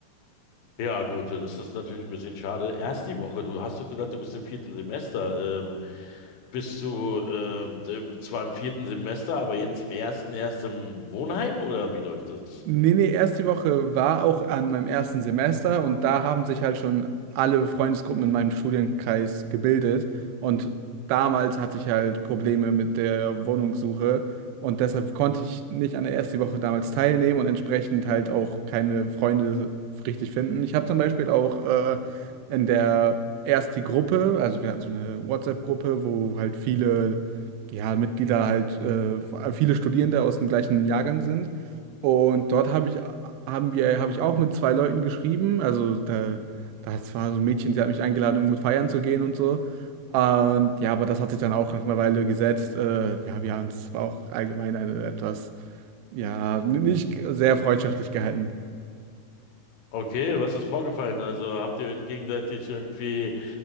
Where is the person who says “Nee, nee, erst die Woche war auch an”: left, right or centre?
Right